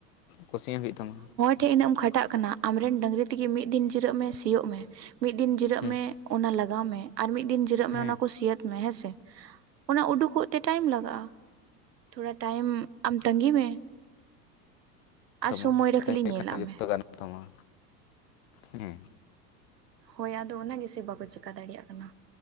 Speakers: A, on the left; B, on the right.
A: ᱠᱩᱥᱭᱟᱹ ᱦᱩᱭᱩᱜ ᱛᱟᱢᱟ᱾
B: ᱠᱮ ᱤᱱᱟᱹᱜ ᱮᱢ ᱠᱷᱟᱴᱟᱜ ᱠᱟᱱᱟ ᱟᱢᱨᱮᱱ ᱰᱟᱹᱝᱨᱤ ᱛᱮᱜᱮ ᱢᱤᱫ ᱫᱤᱱ ᱡᱤᱨᱟᱹᱜ ᱢᱮ ᱥᱤᱭᱳᱜ ᱢᱮ ᱢᱤᱫ ᱫᱤᱱ ᱡᱤᱨᱟᱹᱜ
A: ᱦᱮᱸ
B: ᱢᱮ᱾ ᱚᱱᱟ ᱞᱟᱜᱟᱣ ᱢᱮ ᱟᱨ ᱢᱤᱫ ᱫᱤᱱ ᱡᱤᱨᱟᱹᱜ ᱢᱮ
A: ᱦᱮᱸ
B: ᱚᱱᱟ ᱠᱚ ᱥᱤᱭᱟᱹᱛ ᱢᱮ ᱦᱮᱸᱥᱮ᱾ ᱚᱱᱟ ᱩᱰᱩᱠᱚᱜ ᱛᱮ ᱴᱟᱭᱤᱢ ᱞᱟᱜᱟᱜᱼᱟ, ᱛᱷᱚᱲᱟ ᱴᱟᱭᱤᱢ ᱟᱢ ᱛᱟᱹᱝᱜᱤ ᱢᱮ᱾ ᱟᱨ
A: ᱛᱟᱢᱟ
B: ᱥᱚᱢᱚᱭ ᱨᱮ
A: ᱛᱟᱺᱜᱤ
B: ᱠᱷᱟᱹᱞᱤ
A: ᱞᱮᱠᱷᱟᱱ
B: ᱧᱮᱞᱟᱜ
A: ᱡᱚᱛᱚ
B: ᱢᱮ᱾
A: ᱜᱟᱱᱚᱜ ᱛᱟᱢᱟ᱾ ᱦᱮᱸ।
B: ᱦᱳᱭ ᱟᱫᱚ ᱚᱱᱟ ᱜᱮᱥᱮ ᱵᱟᱠᱚ ᱪᱮᱠᱟ ᱫᱟᱲᱮᱭᱟᱜ ᱠᱟᱱᱟ ᱾